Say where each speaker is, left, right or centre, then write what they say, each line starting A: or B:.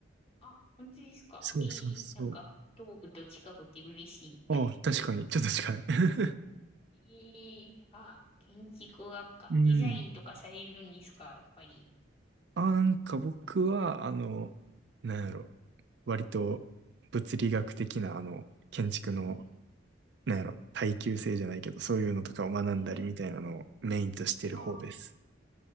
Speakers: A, on the left; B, on the right.
A: あ、本当ですかいい。
B: そうそうそう。
A: なんか、東部と近くて嬉し
B: ああ、確かに、ちょっと近い。<laughs>
A: い。いい。あ、建築学科。
B: うん。
A: デザインとかされるんですかやっぱり。
B: あ、なんか僕は、あの、なんやろ、割と物理学的な、あの、建築の、
A: うん。
B: なんやろ、耐久性じゃないけど、そういうのとかを学んだりみたいなのをメインとしてる方です。
A: はいはい。あ